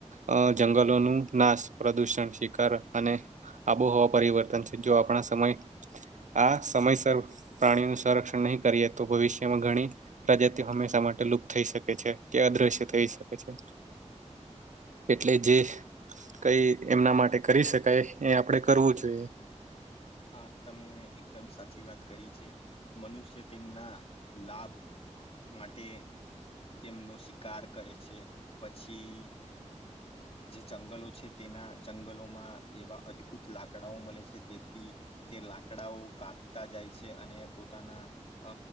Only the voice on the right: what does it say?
અ જંગલોનું નાશ પ્રદૂષણ શિકાર અને આબોહવા પરિવર્તન છે. જો આપણા સમય આ સમયસર પ્રાણીઓનું સંરક્ષણ નહીં કરીએ, તો ભવિષ્યમાં ઘણી પ્રજાતિઓ હંમેશા માટે લુપ્ત થઈ શકે છે, કે અદ્રશ્ય થઈ શકે છે. એટલે જે કંઈ એમના માટે કરી શકાય એ આપડે કરવું જોઈએ.